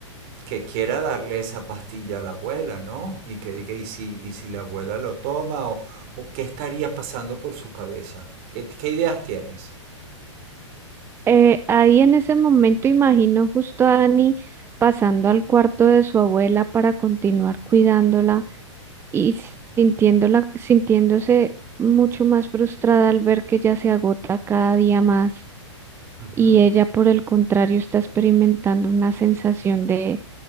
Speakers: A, on the right; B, on the right.
A: que quiera darle esa pastilla a la abuela, ¿no? Y que diga, ¿y si, y si la abuela lo toma? ¿O, o qué estaría pasando por su cabeza? ¿Qué, qué ideas tienes?
B: Eh, ahí en ese momento imagino justo a Dani pasando al cuarto de su abuela para continuar cuidándola y sintiéndola, sintiéndose mucho más frustrada al ver que ella se agota cada día más
A: Ujú.
B: y ella, por el contrario, está experimentando una sensación de,